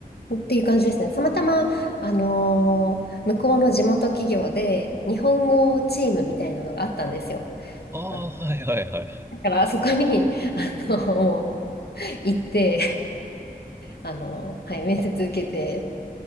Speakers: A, on the left; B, on the right.
A: っていう感じですね。たまたま、あのー向こうの地元企業で日本語チームみたいなのがあったんですよ。
B: ああ、
A: あ
B: はいはいはいはい。
A: だからあそこに、あの、もう行って、あの、はい、面接受けて、